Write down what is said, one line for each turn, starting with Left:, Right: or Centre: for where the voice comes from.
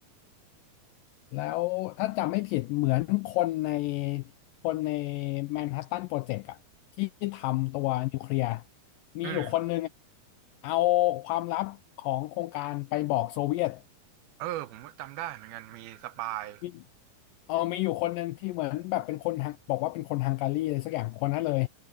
Left: แล้วถ้าจำไม่ผิดเหมือนคนในคนในแมนฮัตตันโปรเจกต์อ่ะที่ทำตัวนิวเคลียร์มีอยู่คนหนึ่ง
Right: อืม
Left: เอาความลับของโครงการไปบอกโซเวียต
Right: เออผมจำได้เหมือนกันมีสปาย
Left: มีเออมีอยู่คนหนึ่งที่เหมือนแบบเป็นคนฮังบอกว่าเป็นคนฮังการีอะไรสักอย่างคนนั้นเลย